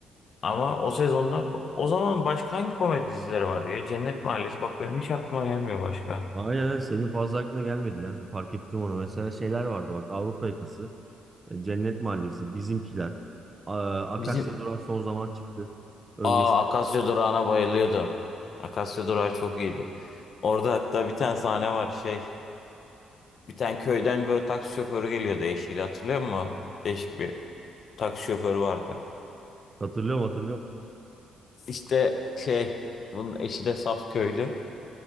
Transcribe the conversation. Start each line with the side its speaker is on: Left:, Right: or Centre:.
Left: ama o sezonda o zaman başka hangi komedi dizileri vardı ya? Cennet Mahallesi bak benim hiç aklıma gelmiyor başka.
Right: Aynen aynen. senin fazla aklına gelmedi ya. Fark ettim onu. Mesela şeyler vardı bak Avrupa Yakası, e, Cennet Mahallesi, Bizimkiler. A- Akasya
Left: Bizim
Right: Durağı son zaman çıktı. Öncesinde
Left: Aa Akasya Durağı'na bayılıyordum. Akasya Durağı çok iyiydi. Orada hatta bir tane sahne var şey. Bir tane köyden böyle taksi şoförü geliyordu eşiyle hatırlıyor musun? Değişik bir taksi şoförü vardı.
Right: hatırlıyorum hatırlıyorum.
Left: İşte şey bunun eşi de saf köylü.